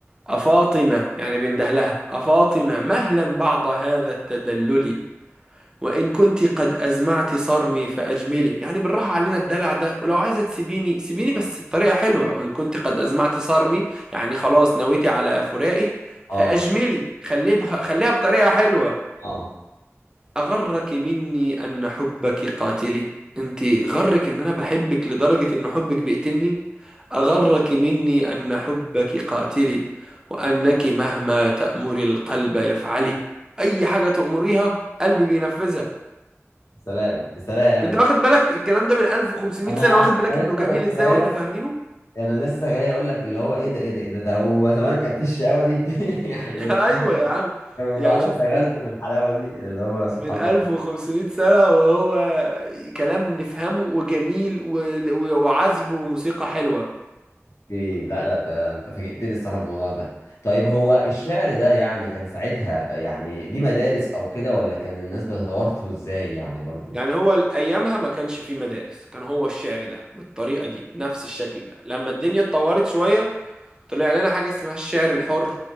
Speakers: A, on the right; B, on the left.
A: أفاطمة يعني بينده لها أفاطمة مهلا بعد هذا التدلل وإن كنت قد أزمعت صرمي فأجملي يعني بالراحة علينا الدلع ده ولو عايزة تسيبيني سيبيني بس بطريقة حلوة وإن كنت قد أزمعت صرمي يعني خلاص نويتي على فراقي
B: اه
A: فأجملي خليه بها خليها بطريقة حلوة
B: اه
A: أغرك مني أن حبك قاتلي أنت غرك إن أنا بحبك لدرجة إن حبك بيقتلني أغرك مني أن حبك قاتلي وأنك مهما تأمري القلب يفعلي أي حاجة تأمريها قلبي بينفذها
B: سلام بسلام
A: انت واخد بالك الكلام ده من 1500
B: انا
A: سنة واخد بالك
B: انا
A: انه
B: لسه
A: جميل
B: كنت
A: ازاي
B: جاي
A: واحنا
B: لك
A: فاهمينه
B: انا لسه جاي اقول لك اللي هو ايه ده ايه ده ايه ده ده هو زمان كان في الشقاوه دي <laughs> يعني
A: <laughs>
B: هو زمان
A: ايوه يا عم
B: كانوا
A: يعني
B: بيقعدوا
A: شوف
B: يتغازلوا
A: من
B: بالحلاوه دي اللي هو سبحان
A: من 1500
B: الله
A: سنة وهو كلام نفهمه وجميل و- و- وعذب وموسيقى حلوة
B: اوكي لا لا تا- انت فاجئتني الصراحه بالموضوع ده طيب هو الشعر ده يعني كان ساعتها يعني ليه مدارس او كده ولا كان الناس بتتوارثه ازاي يعني برضو
A: يعني هو ايامها ما كانش فيه مدارس كان هو الشعر ده بالطريقة دي بنفس الشكل ده لما الدنيا اتطورت شوية طلع لنا حاجة اسمها الشعر الحر